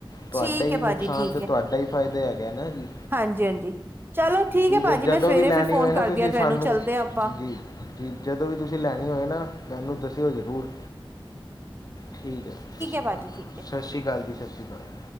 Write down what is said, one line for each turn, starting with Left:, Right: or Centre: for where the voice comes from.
Left: ਤੁਹਾਡਾ
Right: ਠੀਕ
Left: ਹੀ
Right: ਹੈ ਭਾਜੀ
Left: ਨੁਕਸਾਨ
Right: ਠੀਕ
Left: ਤਾਂ
Right: ਹੈ
Left: ਤੁਹਾਡਾ ਹੀ ਫ਼ਾਇਦਾ ਹੈਗਾ ਨਾ ਜੀ।
Right: ਹਾਂਜੀ -ਹਾਂਜੀ। ਚਲੋ
Left: ਠੀਕ
Right: ਭਾਜੀ
Left: ਹੈ। ਜਦੋਂ
Right: ਮੈਂ ਸਵੇਰੇ
Left: ਵੀ ਲੈਣੀ
Right: ਫਿਰ ਫੋਨ
Left: ਹੋਏ
Right: ਕਰਦੀ
Left: ਨਾ ਤੁਸੀਂ
Right: ਹਾਂ ਤੁਹਾਨੂੰ
Left: ਸਾਨੂੰ
Right: ਚੱਲਦੇ ਹਾਂ ਆਪਾਂ
Left: ਜੀ ਜਦੋਂ ਵੀ ਤੁਸੀਂ ਲੈਣੀ ਹੋਏ ਨਾ ਮੈਨੂੰ ਦੱਸਿਓ ਜ਼ਰੂਰ। ਠੀਕ ਹੈ ਜੀ, ਸਤਿ ਸ਼੍ਰੀ
Right: ਭਾਜੀ
Left: ਅਕਾਲ।
Right: ਠੀਕ ਹੈ
Left: ਸਤਿ ਸ਼੍ਰੀ ਅਕਾਲ ਜੀ। ਸਤਿ ਸ਼੍ਰੀ ਅਕਾਲ।